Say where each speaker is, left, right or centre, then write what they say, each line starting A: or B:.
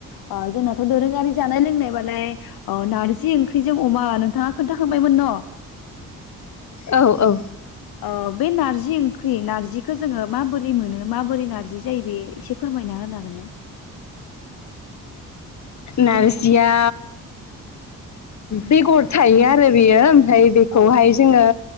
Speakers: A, on the left; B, on the left.
A: अ जोंनाथ दोरोङारि जानाय लोंनायबालाय अ नारजि ओंख्रिजों अमा नोंथाङा खोन्थाखांबायमोन न?
B: औ औ
A: अ बे नार्जि ओंख्रि नार्जिखौ जोङो माबोरै मोनो माबोरै नार्जि जायो बे एसे फोरमायना होनो हागोन ना?
B: नारजिया बेगर थायो आरो बेयो ओमफ्राय बेखौहाय
A: औ
B: जोङो